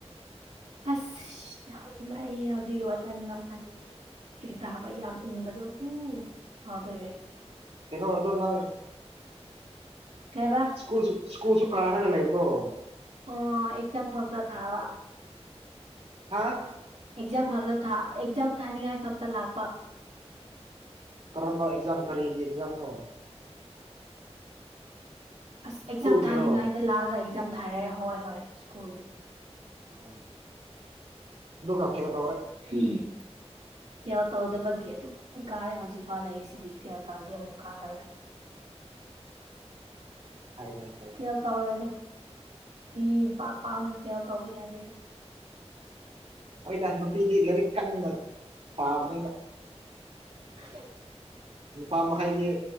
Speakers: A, on the right; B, on the right.
A: ꯑꯁ ꯅꯍꯥꯟꯅ ꯑꯩ ꯍꯧꯖꯤꯛ <unintelligible> ꯐ꯭ꯔꯤꯁꯇ ꯍꯥꯞꯄ ꯌꯥꯝ ꯏꯪꯕꯗꯣ ꯍꯨ ꯐꯥꯎꯗ‌ꯣꯏꯔ‌ꯦ
B: ꯀꯩꯅꯣ ꯅꯪꯗꯣ ꯅꯪ
A: ꯀꯩ ꯍꯥꯏꯕ
B: ꯁ꯭ꯀꯨꯜ ꯁ꯭ꯀꯨꯜꯁꯨ ꯀꯥꯔꯒ ꯂꯩꯕ꯭ꯔ‌ꯣ
A: ꯑꯣ ꯑꯦꯛꯖꯥꯝ ꯃꯔꯥꯛꯇ ꯊꯥꯕ
B: ꯍꯥ
A: ꯑꯦꯛꯖꯥꯝ <unintelligible> ꯊꯥ ꯑꯦꯛꯖꯥꯝ ꯊꯥꯅꯤꯉꯥꯏ ꯈꯛꯇ ꯂꯥꯛꯄꯥ
B: ꯀꯔꯝꯝꯕ ꯑꯦꯛꯖꯥꯝ ꯀꯔꯤꯒꯤ ꯑꯦꯛꯖꯥꯝ ꯅꯣ
A: ꯑꯁ ꯑꯦꯛꯖꯥꯝ
B: ꯁ꯭ꯀꯨꯜꯒꯤꯔꯣ
A: ꯊꯥꯅꯤꯡꯉꯥꯏꯗ ꯂꯥꯛꯑꯒ ꯑꯦꯛꯖꯥꯝ ꯊꯥꯔꯦ ꯍꯣꯏ ꯍꯣꯏ ꯁ꯭ꯀꯨꯜꯒꯤ
B: ꯑꯣ ꯑꯗꯨꯒ <unintelligible>
A: ꯎꯝ ꯐꯦꯜ ꯇꯧꯗꯕꯒꯤ ꯑꯗꯨꯝ ꯀꯥꯔꯦ ꯍꯧꯖꯤꯛꯐꯥꯎ ꯂꯩꯔꯤꯁꯤꯗꯤ ꯐꯦꯜ ꯇꯧꯔꯗꯤ ꯑꯃꯨꯛ ꯀꯥꯔꯔꯣꯏ
B: ꯍꯥꯏꯔ‌ꯣꯏ-ꯍꯥꯏꯔ‌ꯣꯏ
A: ꯐꯦꯜ ꯇꯧꯔꯣꯏꯗ ꯃꯤ ꯄꯥꯛ-ꯄꯥꯛꯅ ꯐꯦꯜ ꯇꯧꯕ ꯌꯥꯗꯦꯗ
B: ꯍ‌ꯣꯏꯗ ꯅꯨꯄꯤꯗꯤ ꯂꯥꯏꯔꯤꯛ ꯀꯟꯅ ꯄꯥꯕꯅꯤꯅ
A: ꯍꯨꯝ
B: ꯅꯨꯄꯥ ꯃꯈꯩꯗꯤ